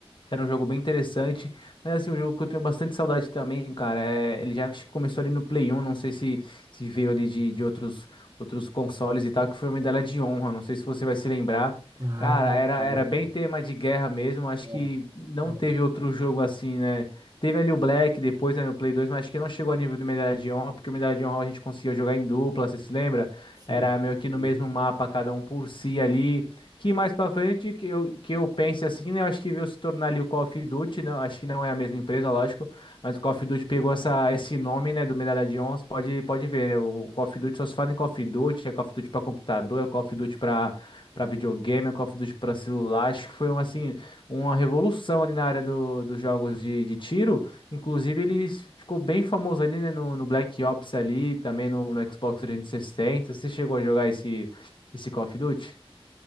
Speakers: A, on the left; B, on the right.
A: Era um jogo bem interessante, mas assim, um jogo que eu tenho bastante saudade também, cara. É, ele já acho que começou ali no Play 1, não sei se, se veio ali de, de outros, outros consoles e tal, que foi a Medalha de Honra, não sei se você vai se lembrar.
B: Ah,
A: Cara, era,
B: top.
A: era bem tema de guerra mesmo, acho
B: Top.
A: que não
B: É,
A: teve outro jogo assim, né? Teve ali o Black depois, né, no Play 2, mas acho que não chegou a nível do Medalha de Honra, porque o Medalha de Honra a gente conseguia jogar em dupla, você se lembra?
B: Sim,
A: Era meio que
B: sim.
A: no mesmo mapa, cada um por si ali que mais pra frente que eu, que eu pense assim, né? Eu acho que veio se tornar ali o Call of Duty, né? Acho que não é a mesma empresa, lógico, mas o Call of Duty pegou essa, esse nome, né, do Medalha de Honra, você pode, pode ver, né? O Call of Duty só se fala em Call of Duty, é Call of Duty pra computador, é Call of Duty pra, pra videogame, é Call of Duty pra celular. Acho que foi um, assim, uma revolução ali na área do, dos jogos de, de tiro. Inclusive, ele ficou bem famoso ali, né, no, no Black Ops ali, também no, no Xbox 360. Você chegou a jogar esse, esse Call of Duty?